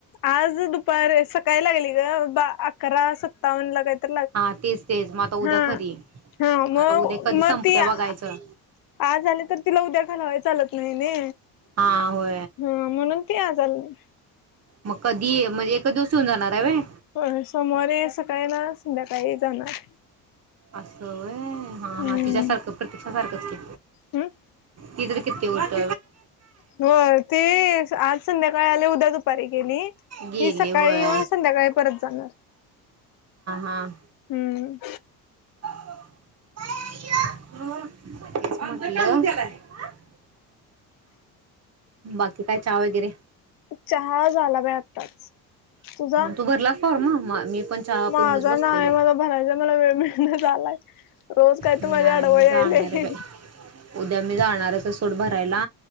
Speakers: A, on the left; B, on the right.
A: आज दुपार सकाळी लागली ग बा अकरा स त्तावन ला काहीत.
B: हा तेच तेच मग आता उद्या
A: हा
B: खरी
A: हा म
B: आता उद्या कधी
A: म
B: संपत्या
A: ती
B: बघायचं
A: आ आज आली तर तिला उद्या घालवाय. चालत नही न.
B: हा हो!
A: ह म्हणून ते आज <unintelligible>
B: म कधी म्हणजे एक दिवसुऊन जाणार आहे व्हय.
A: होय सोमवारी सकाळी येणार, संध्याकाळी जाणार.
B: अस व्हय. ह
A: हम्म
B: हा तिच्यासारखं प्रतीक्षा सारख च की
A: हम्म
B: ती तर किती उत
A: हो ते आज संध्याकाळी आले उद्या दुपारी गेली
B: गे
A: ही सकाळी
B: <unintelligible> ली होय
A: येऊन संध्याकाळी परत जाणार
B: हां!
A: हम्म
B: <unintelligible> बाकी काय चहा वगैरे
A: चहा झाला बाई आत्ताच तुझा
B: तू भरलास फॉर्म मग म मी पण चहा
A: माझा
B: पिऊनच बसलेलो
A: नाही मला भरायचा <unintelligible> झालाय रोज काय
B: मी
A: तू माझ्या
B: नाही
A: आडव
B: मी
A: यायलय?
B: जाणार आहे बाई उद्या मी जाणारच हाय सोड भरायला